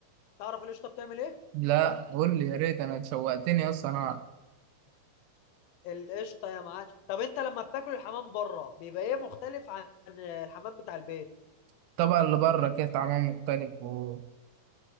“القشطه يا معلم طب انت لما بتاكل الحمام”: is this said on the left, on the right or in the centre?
Left